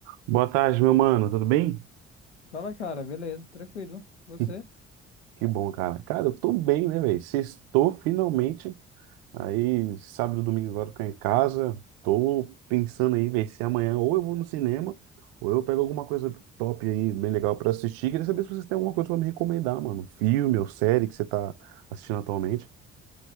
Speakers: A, on the right (about 60°); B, on the left (about 85°).
A: Boa tarde, meu mano, tudo bem?
B: Fala, cara, beleza, tranquilo. Você?
A: <laughs> Que bom, cara. Cara, eu tô bem, né, velho? Sextou finalmente. Aí, sábado e domingo agora eu tô em casa. Tô pensando aí, velho, se amanhã ou eu vou no cinema ou eu pego alguma coisa top aí, bem legal pra assistir. Queria saber se vocês têm alguma coisa pra me recomendar, mano. Filme ou série que você tá assistindo atualmente.